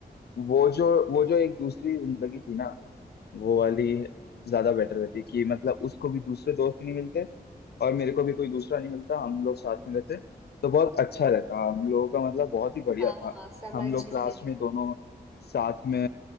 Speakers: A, on the left; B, on the right.
A: वो जो वो जो एक दूसरी जिंदगी थी ना वो वाली ज्यादा बेटर रहती कि मतलब उसको भी दूसरे दोस्त नहीं मिलते और मेरे को भी कोई दूसरा नहीं मिलता हम लोग साथ में रहते तो बहुत अच्छा रहता हम लोगों का मतलब बहुत ही बढ़िया
B: हाँ
A: था
B: हाँ समझ
A: हम लोग
B: रही
A: क्लास
B: हूँ
A: में दोनों साथ में